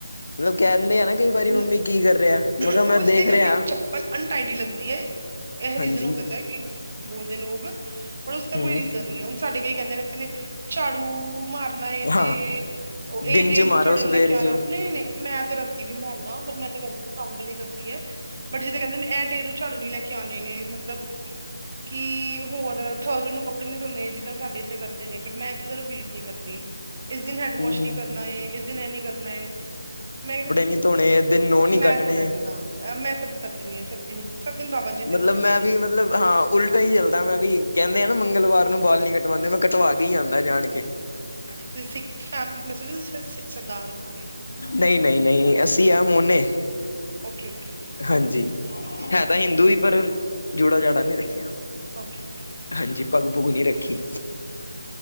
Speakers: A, on the left; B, on the right.
A: ਮਤਲਬ ਕਹਿੰਦੇ ਆ ਨਾ ਕਈ ਵਾਰੀ
B: ਹਮ
A: ਮੰਮੀ ਕੀ ਕਰ ਰਿਹਾ ਮੈਂ ਕਿਹਾ ਮੈਂ
B: ਉਹ
A: ਦੇਖ
B: ਇਸ ਲਈ ਕਿਉਂਕਿ
A: ਰਿਹਾ
B: ਚੱਪਲ ਅਨਟਾਈਡੀ ਲੱਗਦੀ ਏ। ਇਹ
A: ਹਾਂਜੀ।
B: ਰੀਜ਼ਨ ਹੋ ਸਕਦੈ ਕਿ ਬੋਲਦੇ ਲੋਕ ਬਟ ਉਸਦਾ
A: ਹੂੰ
B: ਕੋਈ ਰੀਜਨ ਨਹੀਂ। ਸਾਡੇ ਕਈ ਕਹਿੰਦੇ ਨੇ ਇਥੇ ਨੇ ਝਾੜੂ ਮਾਰ ਤੇ
A: ਹਾਂ
B: ਇਹ
A: ਦਿਨ
B: ਦੇਰ
A: ਚ
B: ਨੂੰ
A: ਮਾਰੋ
B: ਝਾੜੂ ਨੀ
A: ਸਵੇਰ
B: ਲੈ ਕੇ ਆਣਾ
A: ਚ
B: ਨਹੀਂ ਨਹੀਂ ਮੈਂ ਤੇ ਵੀ ਮੰਨ ਲੋ ਪਰ ਮੈਂ ਤੇ ਕਰਦੀ ਵੀ ਕੰਮ ਵਾਲੀ ਕਰਦੀ ਹੈ। ਬਟ ਜਿਦਾਂ ਕਹਿੰਦੇ ਇਹ ਡੇ ਨੂੰ ਝਾੜੂ ਨੀ ਲੈ ਕੇ ਆਣੇ ਨੇ ਮਤਲਬ ਕਿ ਹੋਰ ਥ੍ਰਸਡੇ ਨੂੰ ਕੱਪੜੇ ਨੀ ਧੋਣੇ ਜਿੱਦਾਂ ਸਾਡੇ ਇੱਥੇ ਕਰਦੇ ਨੇ ਬਟ ਮੈਂ ਇਹ ਚੀਜ਼ਾਂ ਨੂੰ ਬਿਲੀਵ ਨੀ ਕਰਦੀ ਇਸ ਦਿਨ ਹੈਂਡ
A: ਹੂੰ।
B: ਵਾਸ਼ ਨਹੀਂ ਕਰਨਾ ਏ ਇਸ ਦਿਨ ਇਹ ਨੀ ਕਰਨਾ ਏ ਮੈਂ
A: ਨਹੀਂ ਧੋਣੇ ਇਹ ਦਿਨ ਨੋ ਨੀ
B: ਮੈਂ
A: ਕੱਟਣੇ
B: ਧੋ ਲੈਨੀ ਹਾਂ ਮੈਂ ਸਭ ਕਰ ਦਿੰਦੀ ਹਾਂ ਸਭ ਦਿਨ ਸਭ ਦਿਨ ਬਾਬਾ ਜੀ ਦੇ
A: ਮਤਲਬ
B: ਹੁੰਦੇ
A: ਮੈਂ
B: ਨੇ।
A: ਵੀ ਮਤਲਬ ਹਾਂ ਉਲਟਾ ਹੀ ਚੱਲਦਾ ਮੈਂ ਵੀ ਕਹਿੰਦੇ ਆ ਨਾ ਮੰਗਲਵਾਰ ਨੂੰ ਬਾਲ ਨਹੀਂ ਕਟਵਾਂਦੇ ਮੈਂ ਕਟਵਾ ਕੇ ਹੀ ਆਂਦਾ ਜਾਣ ਕੇ
B: ਅੱਛਾ ਤੁਸੀਂ ਸਿੱਖ ਫੈਮਿਲੀ ਨੂੰ <unintelligible> ਸਰਦਾਰ ਹੋਵੋਗੇ
A: ਨਹੀਂ ਨਹੀਂ ਨਹੀਂ ਅਸੀਂ ਆ ਮੋਨੇ
B: ਓਕੇ ਓਕੇ
A: ਹਾਂਜੀ
B: ਠੀਕ ਹੈ
A: ਹਿੰਦੂ ਹੀ ਪਰ ਜੁੜਾ ਜਾੜਾ ਨਹੀਂ ਰੱਖਿਆ।
B: ਓਕੇ ਓਕੇ
A: ਹਾਂਜੀ ਪੱਗ ਪੁੱਗ ਨੀ ਰੱਖੀ